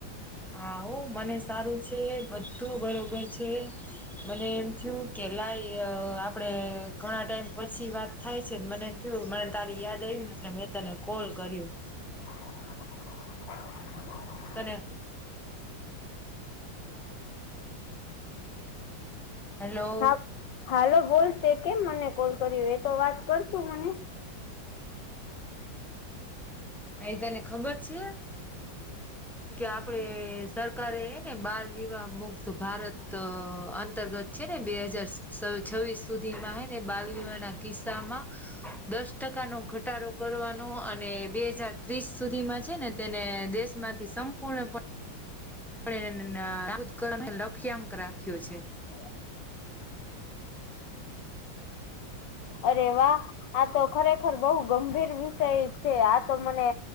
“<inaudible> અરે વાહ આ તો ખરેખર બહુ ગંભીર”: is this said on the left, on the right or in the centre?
Left